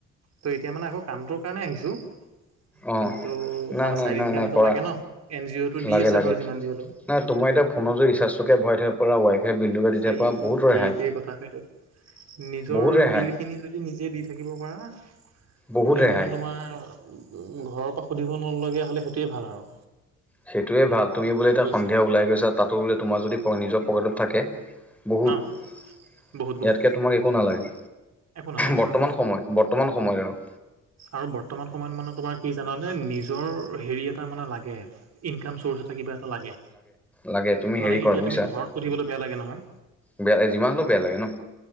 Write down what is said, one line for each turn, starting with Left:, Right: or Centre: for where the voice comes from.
Right: ত' এতিয়া মানে আকৌ কামটোৰ কাৰণে আহিছোঁ।
Centre: অ',
Right: কিন্তু
Centre: নাই,
Right: মানে
Centre: নাই,
Right: চাইড
Centre: নাই,
Right: ইনকাম
Centre: নাই
Right: এটা
Centre: কৰা
Right: লাগে ন' এন জি অ'টো দি
Centre: লাগে,
Right: আছে
Centre: লাগে।
Right: ধৰ যিমান যি হ'লেও।
Centre: নাই তোমাৰ এতিয়া ফোনো ৰিচাৰ্জটোকে ভৰাই থাকিব পৰা ৱাই সেই বিলটোকে দি
Right: সেই-সেইটোৱে
Centre: থাকিব পাৰা বহুত ৰেহাই।
Right: কথা হয় নহয়, নিজৰ
Centre: বহুত ৰেহাই,
Right: বিলখিনি যদি নিজে দি থাকিব পাৰা,
Centre: বহুত
Right: তেতিয়া
Centre: ৰেহাই
Right: মানে তোমাৰ উম, ঘৰৰ পৰা সুধিব নলগীয়া হ'লে সেইটোৱে ভাল আৰু।
Centre: সেইটোৱে ভাল তুমি বোলে এতিয়া
Right: বুজিছা
Centre: সন্ধিয়া ওলাই গৈছা তাতো বোলে তোমাৰ যদি নিজৰ পকেটত থাকে। বহুত
Right: ন বহুত বহুত
Centre: ইয়াতকে তোমাক একো নালাগে।
Right: একো নালাগে
Centre: বৰ্তমান
Right: আৰু
Centre: সময়ত, বৰ্তমান সময়তৰ
Right: আৰু বৰ্তমান সময়ত মানে তোমাৰ কি জানানে, নিজৰ হেৰি এটা মানে লাগে। ইনকাম চৰ্চ এটা কিবা এটা লাগে।
Centre: লাগে তুমি
Right: মানে
Centre: হেৰি কৰা
Right: এতিয়া
Centre: বুজিছা
Right: তুমি ঘৰত সুধিবলৈ বেয়া লাগে নহয়
Centre: বেয়া লাগে, যিমান হ'লে বেয়া লাগে ন'।